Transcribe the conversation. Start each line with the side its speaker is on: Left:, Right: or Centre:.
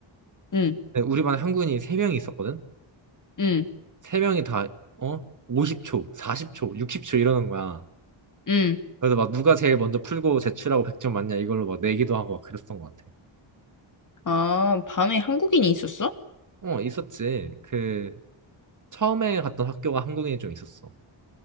Left: 응,
Right: 근데 우리 반에 한국인이 3명이 있었거든.
Left: 응,
Right: 3명이 다 어? 50초, 40초, 60초 이러는 거야.
Left: 응.
Right: 그래서 막 누가 제일 먼저 풀고 제출하고 100점 맞냐 이걸로 막 내기도 하고 막 그랬던 것 같아.
Left: 아, 반에 한국인이 있었어?
Right: 어, 있었지. 그 처음에 갔던 학교가 한국인이 좀 있었어.